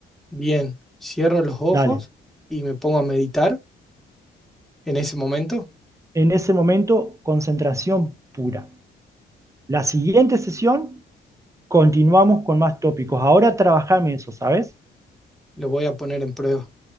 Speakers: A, in the centre; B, on the right.
A: bien. Cierro los ojos
B: Dale.
A: y me pongo a meditar. En ese momento
B: En ese momento, concentración pura. La siguiente sesión, continuamos con más tópicos. Ahora trabajame eso, ¿sabes?
A: lo voy a poner en prueba.